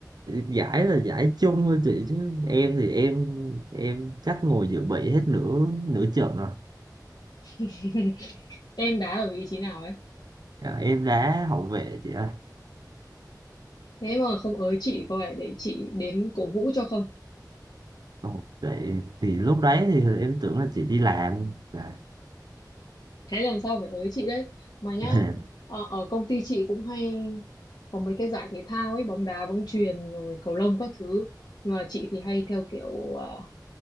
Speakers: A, on the right; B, on the left.
A: giải là giải chung thôi chị chứ em thì em em chắc ngồi dự bị hết nửa nửa trận rồi
B: <laughs> Em đá ở vị trí nào ấy?
A: dạ, em đá hậu vệ chị ơi
B: Thế mà không ới chị cô ấy để chị đến cổ vũ cho không?
A: Ồ, vậy thì lúc đấy thì em tưởng là chị đi làm Dạ.
B: thế lần sau phải ới chị đấy mà nhá
A: <laughs>
B: ở, ở công ty chị cũng hay có mấy cái giải thể thao ấy bóng đá bóng chuyền rồi cầu lông các thứ nhưng mà chị thì hay theo kiểu ờ,